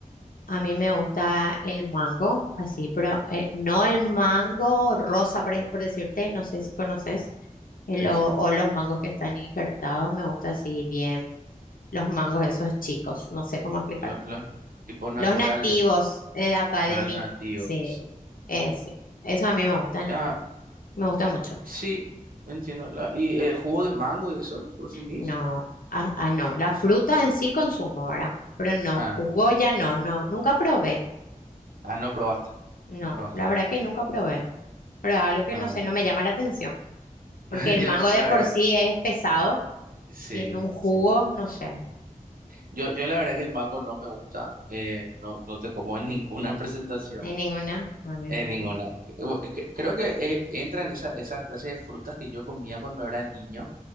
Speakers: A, on the left; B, on the right.
A: A mí me gusta el mango, así, pero eh, no el mango rosa, por, e- por decirte, no sé si conoces,
B: Mm,
A: el
B: sí,
A: o,
B: sí.
A: o los mangos que están injertados, me gusta así bien, los mangos esos chicos, no sé cómo explicarte.
B: Los, los tipos naturales,
A: Los nativos eh, acá
B: no
A: de
B: eran
A: mí,
B: los nativos,
A: sí,
B: eso.
A: eh, sí, eso a mí me gustan.
B: Ah,
A: Me gusta mucho.
B: sí, entiendo. La- ¿y el jugo de mango y eso? ¿Consumís?
A: No, ah, ah, no. La fruta en sí consumo ahora, pero no,
B: Ah,
A: jugo ya no, no, nunca probé.
B: ah, no probaste.
A: No,
B: No probaste.
A: la verdad que nunca probé. Pero es algo que
B: Ah,
A: no sé, no me llama la atención. Porque
B: <laughs>
A: el
B: yo,
A: mango de
B: la
A: por
B: verdad,
A: sí es pesado
B: sí,
A: y en un jugo,
B: sí.
A: no sé,
B: Yo, yo la verdad que el mango no me gusta, eh, no, no te como en <laughs> ninguna presentación.
A: hay ninguna. A mí
B: En
A: me gusta.
B: ninguna. Bu- que Creo que eh, entra en esa, esa clase de frutas que yo comía cuando era niño